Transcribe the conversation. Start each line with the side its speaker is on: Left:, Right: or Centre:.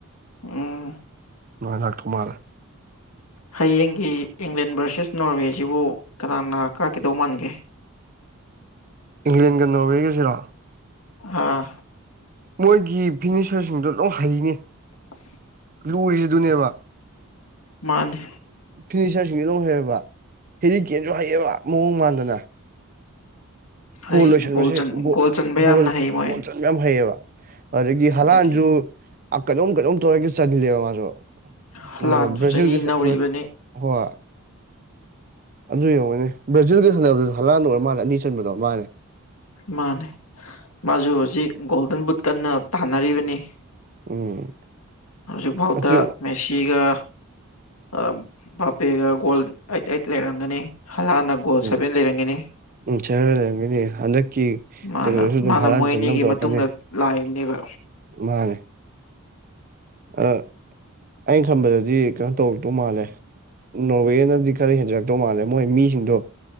Left: ꯎꯝ
Right: ꯑꯗꯨꯃꯥꯏ ꯂꯥꯛꯇꯧ ꯃꯥꯜꯂꯦ
Left: ꯍꯌꯦꯡꯒꯤ ꯏꯪꯂꯦꯟ ꯚ꯭ꯔꯁꯦꯁ ꯅꯣꯔꯋꯦꯁꯤꯕꯨ ꯀꯅꯥꯅ ꯀꯥꯒꯤꯗꯧ ꯃꯥꯟꯒꯦ
Right: ꯏꯪꯂꯦꯟꯒ ꯅꯧꯔꯋꯦꯒꯖꯤꯔꯣ
Left: ꯑꯥ
Right: ꯃꯣꯏꯒꯤ ꯐꯤꯔꯅꯤꯁ꯭ꯔꯁꯤꯡꯗꯣ ꯂꯣꯛ ꯍꯩꯅꯦ
Left: <inaudible>
Right: ꯂꯨꯔꯤꯖꯦ ꯑꯗꯨꯅꯦꯕ
Left: ꯃꯥꯟꯅꯤ
Right: ꯐꯤꯅꯤꯆ꯭ꯔꯁꯤꯡꯖꯦ ꯑꯗꯨꯝ ꯍꯩꯑꯕ ꯍꯦꯔꯤꯀꯦꯟꯖꯨ ꯍꯩꯌꯦꯕ ꯃꯑꯣꯡ ꯃꯥꯟꯗꯅ
Left: ꯍꯩ
Right: ꯒꯣꯜ ꯂꯣꯏꯁꯟꯕꯁꯦ
Left: ꯒꯣꯜ ꯆꯟꯕ
Right: ꯒꯣꯜ
Left: ꯌꯥꯝꯅ ꯍꯩ ꯃꯣꯏ
Right: ꯒꯣꯜ ꯆꯟꯕ ꯌꯥꯝ ꯍꯩꯌꯦꯕ ꯑꯗꯥꯒꯤ ꯍꯂꯥꯟꯁꯨ
Left: ꯑꯗꯒꯤ
Right: ꯀꯩꯅꯣꯝ ꯀꯩꯅꯣꯝ ꯇꯧꯔꯒꯥ ꯆꯂꯦꯕ ꯃꯥꯁꯨ
Left: ꯍꯂꯥꯟꯁꯨ
Right: ꯃꯖꯨ ꯕꯔꯥꯖꯤꯜꯒꯤ
Left: ꯆꯍꯤ
Right: ꯁꯄꯣ꯭ꯔꯠ
Left: ꯅꯧꯔꯤꯕꯅꯤ
Right: ꯍꯣꯏ ꯑꯗꯨ ꯌꯦꯡꯉꯣꯅꯦ ꯕ꯭ꯔꯥꯖꯤꯜꯒꯤ ꯁꯥꯟꯅꯕꯗꯨꯗꯁꯨ ꯍꯂꯥꯟꯅ ꯑꯣꯏꯔꯥ ꯃꯥꯜꯂꯦ ꯑꯅꯤ ꯆꯟꯕꯗꯣ ꯃꯥꯟꯅꯦ
Left: ꯃꯥꯟꯅꯦ ꯃꯥꯖꯨ ꯍꯧꯖꯤꯛ ꯒꯣꯜꯗꯟ ꯕꯨꯠ ꯀꯟꯅ ꯇꯥꯟꯅꯔꯤꯕꯅꯤ
Right: ꯎꯝ
Left: ꯍꯧꯖꯤꯛ ꯐꯥꯎꯗ
Right: ꯑꯗꯨ
Left: ꯃꯦꯁꯤꯒ ꯑ ꯕꯥꯞꯄꯦꯒ ꯒꯣꯜ ꯑꯩꯠ ꯑꯩꯠ ꯂꯩꯔꯝꯒꯅꯤ ꯍꯂꯥꯟꯅ ꯑꯣ
Right: ꯎꯝ
Left: ꯁꯕꯦꯟ ꯂꯩꯔꯝꯒꯦꯅꯤ
Right: ꯎꯝ ꯁꯔ ꯂꯩꯔꯝꯒꯅꯤ ꯍꯟꯗꯛꯀꯤ ꯀꯩꯅꯣꯗꯁꯨ
Left: ꯃꯥꯅ
Right: ꯑꯗꯨꯝ
Left: ꯃꯥꯅ
Right: ꯍꯥꯔꯥꯟ
Left: ꯃꯣꯏ
Right: ꯆꯟꯅꯕ
Left: ꯑꯅꯤꯒꯤ
Right: ꯇꯧꯔꯛꯀꯥꯅꯤ
Left: ꯃꯇꯨꯡꯗ ꯂꯥꯛꯏꯕꯅꯦꯕ
Right: ꯃꯥꯅꯦ ꯑꯥ ꯑꯩꯅ ꯈꯝꯕꯗꯥꯗꯤ ꯀꯩꯅꯣ ꯇꯧꯔꯛꯇꯧ ꯃꯥꯜꯂꯦ ꯅꯣꯔꯋꯦꯅꯗꯤ ꯈꯔ ꯍꯦꯟꯖꯂꯛꯇꯧ ꯃꯥꯜꯂꯦ ꯃꯣꯏ ꯃꯤꯁꯤꯡꯗꯣ